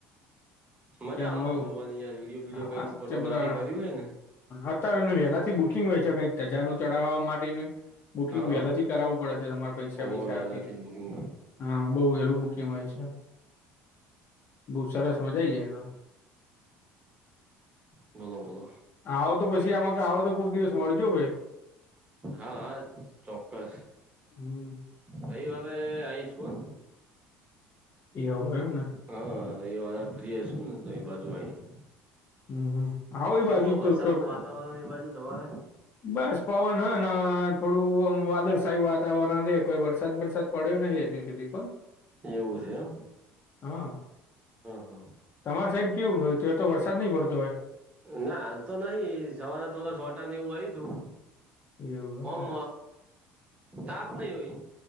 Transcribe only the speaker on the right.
મજા
આવે
પણ જોવાનીયાર વિડીયો વિડીયો
કઈક ફોટોગ્રાફી
કર હોય ને.
હા
હોવ
વહેલા
થી જ બુકિંગ
બોલો બોલો.
હા હા ચોક્કસ.
રાઈવરે આવીશ હો ન.
હા રવિવારે ફ્રી હશું ને તો એ બાજુ. આવીશ
કેવું
હો વરસાદ
નું વાતાવરણ એ બાજુ તમારે.
એવું છે એમ
હ.
ના હાલ તો નહી સવારે થોડા સોટા ને એવું આવય તું.
ઓમ.
તાપ નહી હોય